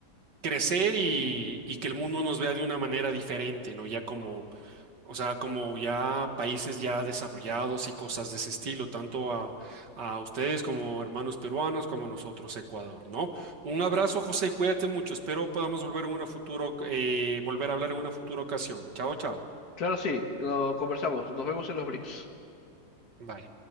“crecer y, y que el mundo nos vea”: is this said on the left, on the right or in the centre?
Right